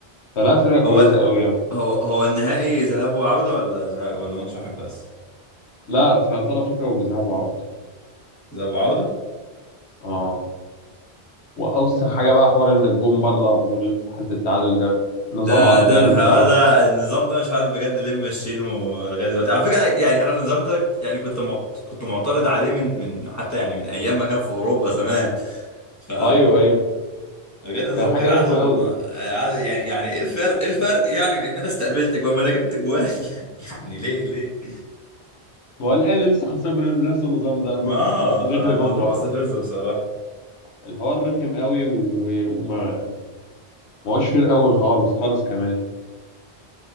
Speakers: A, on the left; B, on the left.
A: فلا فرقه كويسه
B: هو ال-
A: قوي يعني
B: هو هو النهائي ذهاب وعوده ولا ذه- ولا ماتش واحد بس
A: لا في ابطال افريقيا وبذهاب وعوده
B: ذهاب وعوده
A: اه واوسخ حاجه بقى حوار ان الجون بره بجولين في حاله التعادل ده نظام
B: ده
A: عقيم
B: ده الحوار
A: بصراحه
B: ده النظام ده مش عارف بجد ليه ماشيينه لغايه دلوقتي على فكره يعني انا النظام ده يعني كنت معت... كنت معترض عليه من من حتى يعني من ايام ما كان في اوروبا زمان ف
A: ايوه ايوه
B: بجد نظام
A: كان حاجه
B: غير عادل
A: رخمه قوي
B: عادل- يعني يعني ايه الفرق ايه الفرق يعني من ان انا استقبلتك وما انا جبت جوان <laughs> يعني ليه ليه
A: هو الاهلي لسه خسران من نفس النظام ده انه
B: ما آه،
A: دخل
B: فموضوع
A: جون في ارض
B: مستفز بصراحه
A: الحوار رخم قوي و- وما ما هوش فرق قوي خالص خالص كمان